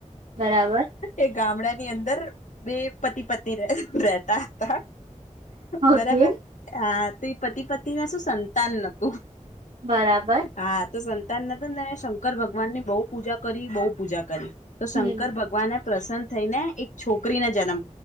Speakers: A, on the right (about 70°); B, on the left (about 75°).
A: બરાબર
B: એ ગામડા ની અંદર બે પતિ પતિ રતા હતા
A: ઓકે
B: બરાબર હા તો એ પતિ પતિ ના શું સંતાન નતું
A: બરાબર
B: હા તો સંતાન નથી ને શંકર ભગવાન ની બહુ પૂજા કરી બહુ પૂજા કરી તો શંકર
A: હમ
B: ભગવાનને પ્રસન્ન થઈને એક છોકરીને જન્મ